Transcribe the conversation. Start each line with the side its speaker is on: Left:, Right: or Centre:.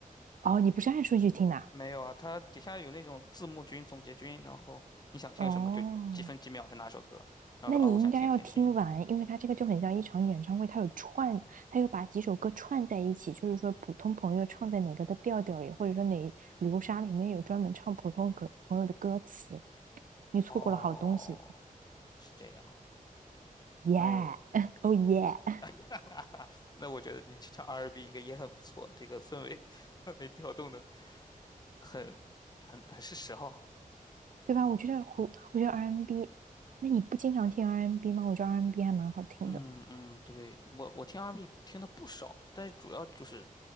Right: 哦，你不是按顺序听的啊
Left: 没有啊，它底下有那种字幕君、总结君，然后你想听什么就几分几秒是哪首歌，
Right: 哦，
Left: 然后说啊，
Right: 那你应该要听完，
Left: 我想听《听听天
Right: 因为它这个就很像一场演唱会，它有串，它又把几首歌串在一起，就是说普通朋友唱在哪个的调调里，或者说哪流沙里面有专门唱普通歌朋友的歌词，你错过了好东西。
Left: 哦，是这样，
Right: Yeah，
Left: 那我
Right: <laughs> o h yeah，<laughs>
Left: <laughs> 那我觉得你去唱 R&B 应该也很不错，这个氛围 <laughs> 氛围调动的很很很是时候。
Right: 对吧？我觉得胡，我觉得 R&B，n 那你不经常听 R&B n 吗？我觉得 R&B n 还蛮好听的，
Left: 嗯嗯，对，我我听 R&B 听的不少，但是主要就是